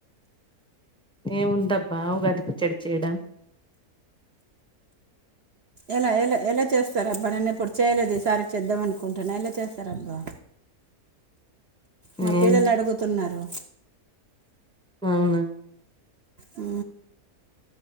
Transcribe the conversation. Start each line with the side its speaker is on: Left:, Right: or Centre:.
Centre: ఏముందబ్బ ఉగాది పచ్చడి చేయడం
Right: ఎలా ఎలా ఎలా చేస్తార అబ్బా నేను ఇప్పుడు చేయలేదు ఈసారి చేద్దాం అనుకుంటున్నా ఎలా చేస్తార అబ్బా మా
Centre: ఏం
Right: పిల్లలు అడుగుతున్నారు
Centre: అవునా
Right: ఆ